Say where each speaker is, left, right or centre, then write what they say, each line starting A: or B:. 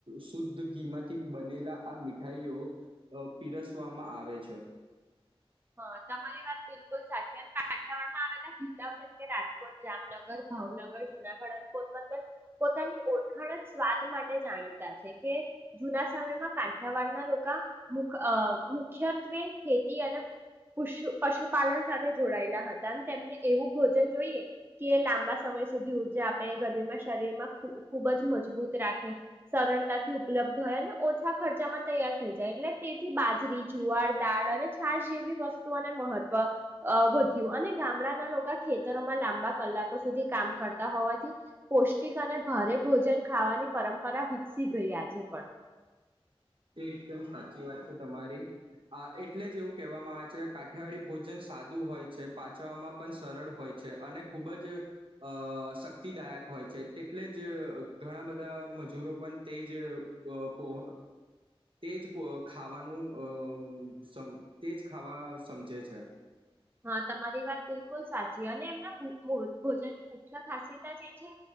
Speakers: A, on the right; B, on the right.
A: શુદ્ધ ઘીમાંથી થી બનેલા આ મીઠાઈઓ અ પીરસવામાં આવે છે.
B: હા તમારી વાત બિલકુલ સાચી અને કાઠિયાવાડમાં આવેલા જિલ્લાઓ જેમ કે રાજ કોટ, જામનગર, ભાવનગર, જુનાગઢ અને પોરબંદર પોતાની ઓળખાણ સ્વાદ માટે જાણીતા છે કે જૂના સમયમાં કાંઠિયાવાડના લોકા મુ અ મુખ્યત્વે ખેતી અને પશુ પશુપાલન સાથે જોડાયેલા હતા અને તેમને એવું ભોજન જોઈએ કે લાંબા સમય સુધી ઊર્જા આપે ગરમીમાં શરીર માં ખૂ ખૂબ જ મજબૂત રાખે સરળતાથી ઉપલબ્ધ હોય અને ઓછા ખર્ચામાં તૈયાર થઈ જાય એટલે તેથી બાજરી, જુવાર, દાળ અને છાાસ જેવી વસ્તુને મહત્વ વધ્યું અને ગામડાના લોકો ખેતરોમાં લાંબા કલાકો સુધી કામ કરતા હોવાથી પૌષ્ટિક અને ભારે ભોજન ખાવાની પરંપરા વિકસી ગઈ આજે પણ.
A: તે એકદમ સાચી વાત છે તમારી આ. એટલેજ એવું કહેવામાં આવે છે, કાઠિયાવાડી ભોજન સાદું હોય છે પાચવામાં પણ સરળ હોય છે અને ખૂબ જ અહ શક્તિદાયક હોય છે, તેટલેજ ઘણા બધા મજૂરો પણ તે જ પો તેજ ખાવાનું અહ તેજ ખાવા સમજે છે.
B: હા, તમારી વાત બિલકુલ સાચી અને એમના મૂ ભોજનની મુખ્ય ખાસિયત એ છે